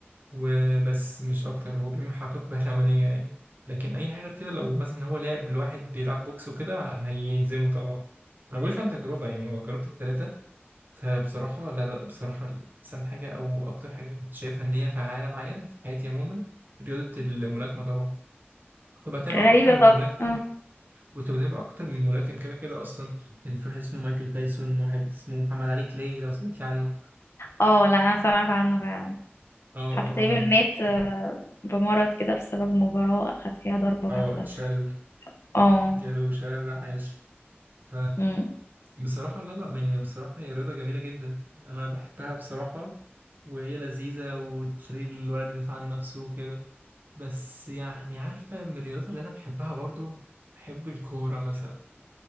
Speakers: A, on the right (about 50°); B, on the left (about 75°).
A: وبس مش اكتر هو بيعمل حركات بهلوانيه يعني لكن اي حاجه غير كده لو مثلا هو لعب لواحد بيلعب بوكس وكده هيهزمه طبعا انا بقول لك عن تجربه يعني هو جربت الثلاثه فبصراحه لا لا لا، بصراحه احسن حاجه او اكتر حاجه كنت شايفها ان هي فعاله معايا في حياتي عموما رياضه الملاكمه طبعا كنت بتابع
B: غريبه
A: اكتر من
B: طب
A: ملاكم
B: اه
A: كنت بتابع اكتر من ملاكم كده كده اصلا كان في واحد اسمه مايكل تايسون واحد اسمه محمد علي كلاي لو سمعت عنه
B: اه لا انا سمعت عنه فعلا
A: اه
B: حتى
A: اه طبعا
B: تقريبا مات آه، بمرض كده بسبب مباراه اخد فيها ضربه
A: اه
B: جامده
A: اتشال
B: اه
A: جاله شلل رعاش ف
B: أمم.
A: بصراحة لا لا يعني بصراحة هي رياضة جميلة جدا أنا بحبها بصراحة وهي لذيذة وتخلي الولد يدافع عن نفسه وكده بس يعني عارفة من الرياضات اللي أنا بحبها برضو بحب الكورة مثلا